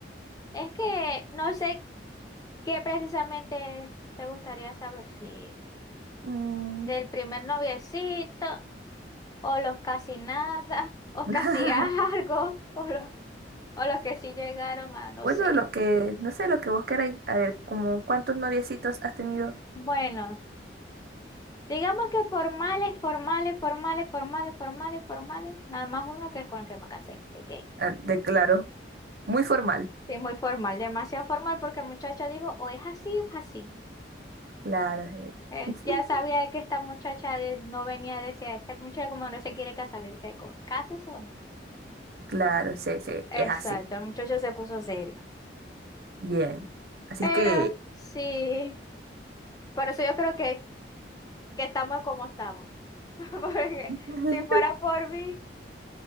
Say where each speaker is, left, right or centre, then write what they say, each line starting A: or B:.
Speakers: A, on the left; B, on the right.
A: es que no sé qué precisamente te gustaría saber, si
B: Mm.
A: del primer noviecito, o los casi nada, <laughs> o
B: <laughs>
A: casi algo, o los, o los que sí llegaron a, no
B: Bueno,
A: sé.
B: lo que, no sé, lo que vos queráis. A ver, como cuántos noviecitos has tenido?
A: Bueno, digamos que formales, formales, formales, formales, formales, formales, nada más uno que es con el que me casé, que gay.
B: Ah, de claro, muy formal.
A: Sí, muy formal, demasiado formal porque el muchacho dijo, o es así, es así.
B: Claro, eh.
A: Él
B: <laughs>
A: ya sabía que esta muchacha de- no venía, decía, esta muchacha como no se quiere casar, le decía, "Co- ¿cases o no?
B: Claro, sí, sí,
A: Exacto,
B: es así.
A: el muchacho se puso serio.
B: Bien. Así
A: Pero
B: es que,
A: sí, por eso yo creo que, que estamos como estamos. <laughs> Porque
B: <laughs>
A: si fuera por mí,